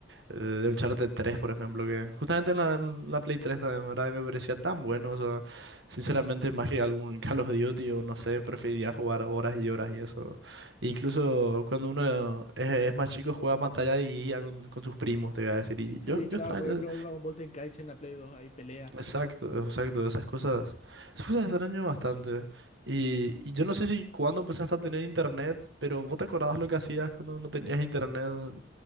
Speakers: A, on the right; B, on the left.
A: eh, de Uncharted tres por ejemplo, que justamente en la, en la Play tres también, ¿verdad? Y me parecía tan bueno, o sea, sinceramente, más que algún <laughs> Call of Duty o no sé, preferiría jugar horas y horas y eso. E incluso cuando uno es, es más chico, juega a pantalla dividida con, con sus primos, te voy a decir. Y
B: Sí,
A: yo, yo
B: claro,
A: extraño,
B: por ejemplo, Dragon Ball Tenkaichi en la Play 2, ahí pelea.
A: exacto, exacto, esas cosas, esas cosas extraño bastante. Y, y yo no sé si cuándo empezaste a tener internet, pero ¿vos te acordabas lo que hacías cuando no tenías internet?